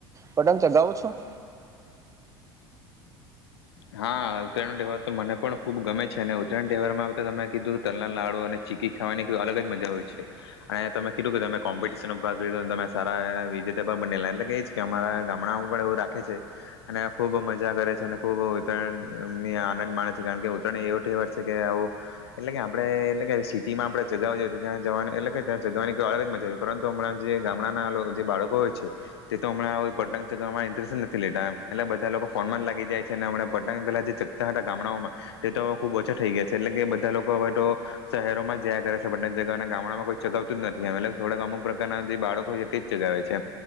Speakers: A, on the right; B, on the left.
A: પણ. ચગાવું છું.
B: હા ઉત્તરાયણ તહેવાર તો મને પણ ખુબ ગમે છે અને ઉત્તરાયણ તહેવારમાં તો તમે કીધું કે તલના લાુ અને ચીકી ખાવાની અલગ જ મજા હોય છે અને તમે કીધું કે તમે કોમ્પિટશન ભાગ લીધો તમે સારા વિજેતા પણ બનેલા એ કે અરા ગામડામાં પણ એવું રાખે છે અને ખુબ મજા કરે છે. ખુબ ઉત્તરાયણને આનંદ માણે છે કારણ કે ઉત્તરાય એવો તહેવાર છે કે આવું એટલે કે આપડણે એટલે કે સિટી માં આપણે જગાવવાઈએ તો ત્યાં જવાની એટલે કે ત્યાં જગવાની કોઈડગ જ મજા આવે પરંતુ હમણાં જે ગામડાના જે બાળકો હોય છે તે તો હણાં પટંગ ચગવા ઇન્ટરેસ્ટ નથી લેતામ એટલે બધા લોકો ફોનમાં જ લાગી જાય. મ પતંગ પહેલા જે ચગતા હતા ગામડાઓમાં તે તો ખુબ ઓછા થઈ ગયા છે એટલે કે બધા લોકો હવે તો શહેરોમાં જયા કરે છે પટ જગાવવા અને ગામડાઓમાં કોઈ ચગાવતું જ નથી એટ થોડાક અમુક પ્રકારના જે બાળકો છે તે જ ચગાવે છે